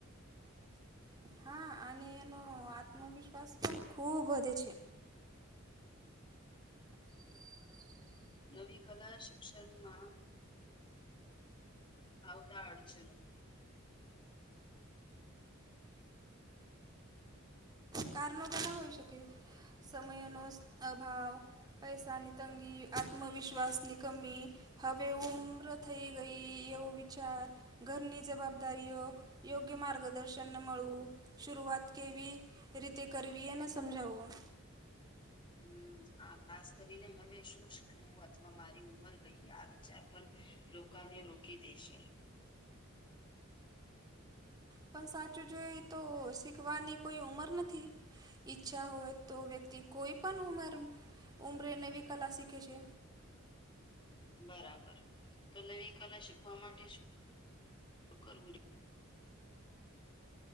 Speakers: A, on the right; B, on the left.
A: હા અને એનો આત્મવિશ્વાસ પણ ખુબ વધે છે <inaudible>
B: નવી કલા શિક્ષણમાં આવતા અડચનો
A: કારણો ઘણા હોય શકે સમયનો અભાવ પૈસાની તંગી આત્મવિશ્વાસની કમી હવે ઉમ્ર થઈ ગઈ એવો વિચાર ઘરની જવાબદારીઓ યોગ્ય માર્ગદર્શન મળળવું સુરૂઆત કેવી રીતે કરવી એને સમજાવવું
B: હમ હ ખાસ કરીને હવે શું શીખવું અથવા મારી ઉંમર ગઈ આ વિચાર પણ લોકોને રોકી દેશે
A: પણ સાચું જોઈ તો શીખવાની કોઈ ઉંમર નથી ઈચ્છા હોય તો વ્યક્તિ કોઈ પણ ઉમર ઉમરેનેવી કલા શીખે છે
B: બરાબર તો નવી કલા શીખવા માટે શું કરવું